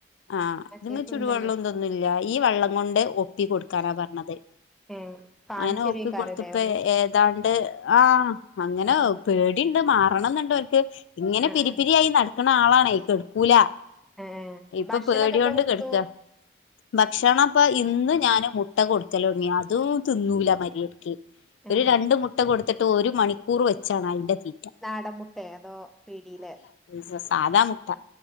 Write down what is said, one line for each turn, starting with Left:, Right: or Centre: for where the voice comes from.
Left: ആഹ്.
Centre: മറ്റേ
Left: തി മ്മെ
Centre: തുന്നന്നെ
Left: ചുടുവെള്ളൊ തൊന്നും ല്യാ. ഈ വള്ളം കൊണ്ട് ഒപ്പി കൊട്ക്കാനാ പർണത്.
Centre: ഏഹ് കാണിച്ചെരേക്കാരല്ലേ
Left: അങ്ങനെ ഒപ്പി കൊട്ത്ത് പ്പെ
Centre: ഓന്
Left: ഏതാണ്ട് ആഹ് അങ്ങനെ
Centre: ഉം ഉം
Left: പേ ടിണ്ട്. മാറണംന്ന്ണ്ടോൻക്. ഇങ്ങനെ
Centre: ആഹ്
Left: പിരി
Centre: ആഹ്
Left: പിരിയായി നടക്ണ ആളാണേയ്. കെട്ക്കൂലാ.
Centre: ഏഹ് ഏഹ്
Left: ഇപ്പം
Centre: ഭക്ഷണൊക്കെ
Left: പേടിയോണ്ട്
Centre: എന്താ കൊടുത്തു
Left: കെട്ക്കാ ഭക്ഷണം പ്പൊ ഇന്ന് ഞാന് മുട്ട കൊടുക്കലൊട്ങ്ങി. അതും ത് ന്നൂല മര്യാ തി. ഒര്
Centre: ആഹ് ആഹ്
Left: രണ്ട് മുട്ട കൊട്ത്തിട്ട് ഒരു മണിക്കൂറ് വെച്ചാണ് അയിന്റെ തീ
Centre: നാടംമുട്ടേ അതോ പീടിയ്ലെ
Left: സ സാധാ മുട്ട.